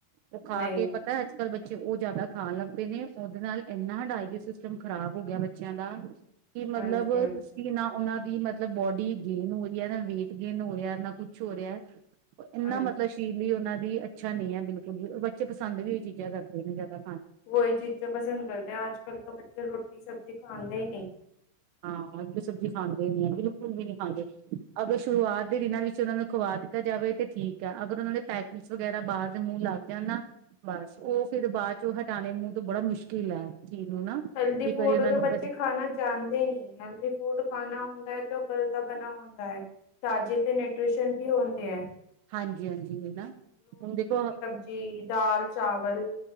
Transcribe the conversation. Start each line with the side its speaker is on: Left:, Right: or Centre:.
Right: ਓ ਖਾ
Left: ਨਹੀਂ
Right: ਕੇ ਪਤਾ ਅੱਜ-ਕੱਲ ਬੱਚੇ ਓ ਜ਼ਿਆਦਾ ਖਾਣ ਲੱਗ ਪਏ ਨੇ, ਓਦੇ ਨਾਲ ਐਨਾ ਡਾਇਜੀ ਸਿਸਟਮ ਖ਼ਰਾਬ ਹੋ ਗਿਆ ਬੱਚਿਆਂ ਦਾ। ਕਿ ਮਤਲਬ
Left: ਹਾਂਜੀ
Right: ਅ
Left: ਹਾਂਜੀ
Right: ਤੁਸੀਂ ਨਾ ਓਨਾਂ ਦੀ ਮਤ ਮਤਲਬ ਬੋਡੀ ਗੇਨ ਹੋ ਰਹੀ ਐ, ਨਾ ਵੇਟ ਗੇਨ ਹੋ ਰਿਹਾ, ਨਾ ਕੁਛ ਹੋ ਰਿਹਾ ਔਰ ਐਨਾ
Left: ਹਾਂਜੀ
Right: ਮਤਲਬ ਸ ਲਈ ਓਨਾਂ ਦੀ ਅੱਛਾ ਨ‌ਈ ਅਐ ਬਿਲਕੁਲ ਵੀ। ਬੱਚੇ ਪਸੰਦ ਵੀ ਓਹੀ ਚੀਜ਼ਾਂ ਕਰਦੇ ਨੇ ਜ਼ਾਦਾ।
Left: ਓਹੀ ਚੀਜ਼ਾਂ ਪਸੰਦ ਕਰਦੇ ਨੇ ਅੱਜ-ਕੱਲ ਤਾਂ ਬੱਚਾ ਰੋਟੀ-ਸਬਜ਼ੀ ਖਾਂਦੇ ਈ ਨੀ।
Right: ਹਾਂ, ਅੱਜ ਤੇ ਸਬਜ਼ੀ ਖਾਂਦੇ ਈ ਨੀ ਆ ਬਿਲਕੁਲ ਵੀ ਨੀ ਖਾਂਦੇ। ਅਗਰ ਸ਼ੁਰੂਆਤ ਦੇ ਦਿਨਾਂ ਵਿੱਚ ਓਨਾਂ ਨੂੰ ਖਵਾ ਦਿੱਤਾ ਜਾਵੇ ਤੇ ਠੀਕ ਆ। ਅਗਰ ਓਨਾਂ ਦੇ ਪੈਕਸ ਵਗੈਰਾ ਬਾਹਰ ਦੇ ਮੂੰਹ ਲੱਗ ਜਾਣ ਨਾ, ਬਸ ਓ ਫਿਰ ਬਾਅਦ ਚੋ ਹਟਾਣੇ ਮੂੰਹ ਤੋਂ ਬੜਾ ਮੁਸ਼ਕਿਲ ਐ ਚੀਜ਼ ਨੂੰ ਨਾ।
Left: ਹੈਲਦੀ-ਫੂਡ
Right: ਇੱਕ ਵਾਰੀ ਉਹਨਾਂ
Left: ਤੋਂ
Right: ਨੂੰ
Left: ਬੱਚੇ ਖਾਣਾ ਚਾਦੇ ਈ ਨੀ ਹੈਲਦੀ ਫੂਡ ਖਾਣਾ ਹੁੰਦਾ ਐ ਤੇ ਓ ਕੱਲ ਦਾ ਬਣਾ ਹੁੰਦਾ ਐ। ਤਾਜ਼ੇ ਤੇ ਨਿਊਟ੍ਰਿਸ਼ਨ ਵੀ ਹੁੰਦੇ ਐ।
Right: ਹਾਂਜੀ-ਹਾਂਜੀ ਹਨਾ, ਹੁਣ ਦੇਖੋ
Left: ਜੀ ਦਾਲ, ਚਾਵਲ।